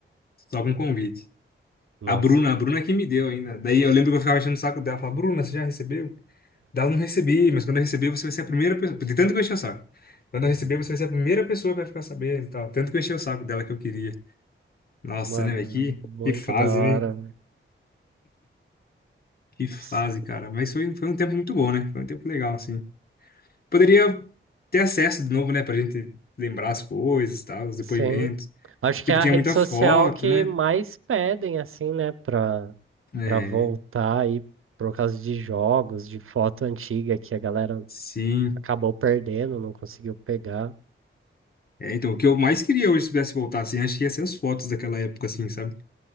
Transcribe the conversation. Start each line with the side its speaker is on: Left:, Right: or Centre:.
Left: só com convite.
Right: Nossa,
Left: A Bruna, a Bruna que me deu ainda. Daí eu lembro que eu ficava enchendo o saco dela, falava, Bruna, você já recebeu? Dela, não recebi, mas quando eu receber, você vai ser a primeira pessoa. De tanto que eu enchi o saco. Quando eu receber, você vai ser a primeira pessoa que vai ficar sabendo e tal. Tanto que eu enchi o saco dela que eu queria. Nossa,
Right: mano,
Left: né, velho?
Right: era
Left: Que,
Right: muito
Left: que fase,
Right: da hora.
Left: né?
Right: velho.
Left: Que fase,
Right: S-
Left: cara. Mas foi, foi um tempo muito bom, né? Foi um tempo legal, assim. Poderia ter acesso de novo, né, pra gente lembrar as coisas, tal, os depoimentos.
Right: Sim. Acho que
Left: Tipo,
Right: é a
Left: tinha
Right: rede
Left: muita
Right: social
Left: foto,
Right: que
Left: né?
Right: mais pedem, assim, né? Pra,
Left: É,
Right: pra voltar aí por causa de jogos, de foto antiga que a galera
Left: sim.
Right: acabou perdendo, não conseguiu pegar.
Left: É, então, o que eu mais queria hoje, se pudesse voltar, assim, acho que ia ser as fotos daquela época, assim, sabe?